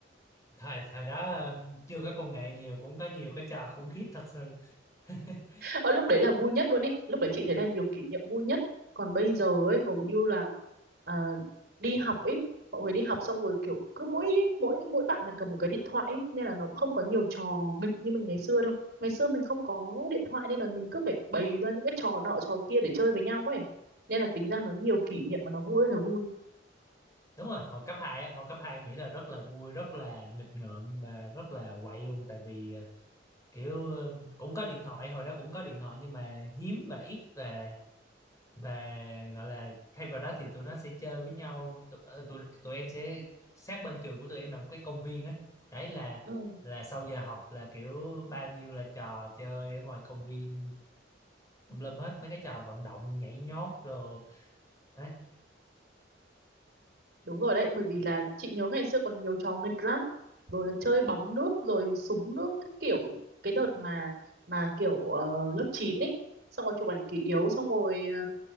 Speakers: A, on the left; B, on the right.
A: thời thời đó ừm, chưa có công nghệ nhiều cũng có nhiều cái trò khủng khiếp thật sự <laughs>
B: ở lúc đấy là vui nhất luôn ấy lúc đấy chị thấy là nhiều kỷ niệm vui nhất còn bây giờ ấy hầu như là à, đi học ấy mọi người đi học xong rồi kiểu cứ mỗi mỗi mỗi bạn là cầm một cái điện thoại ấy, nên là nó cũng không có nhiều trò nghịch như mình ngày xưa đâu ngày xưa mình không có điện thoại nên là mình cứ phải bày ra những cái trò nọ trò kia để chơi với nhau ấy nên là tính ra nó nhiều kỷ niệm mà nó vui ơi là vui
A: đúng rồi hồi cấp 2 á hồi cấp hai em nghĩ là rất là vui rất là nghịch ngợm mà rất là quậy luôn tại vì ờ, kiểu ờ, cũng có điện thoại hồi đó cũng có điện thoại nhưng mà hiếm và ít và và gọi là thay vào đó thì tụi nó sẽ chơi với nhau tụi, ờ, tụi, tụi em sẽ sát bên trường của tụi em là một cái công viên á đấy là
B: ừ.
A: là sau giờ học là kiểu bao nhiêu là trò chơi ở ngoài công viên tùm lum hết mấy cái trò vận động nhảy nhót rồi đấy
B: Đúng rồi đấy, bởi vì là chị nhớ ngày xưa còn nhiều trò nghịch lắm. Rồi là chơi bóng nước, rồi súng nước, các kiểu. Cái đợt mà mà kiểu ờ, lớp 9 ấy, xong rồi chụp ảnh kỷ yếu, xong rồi ờ,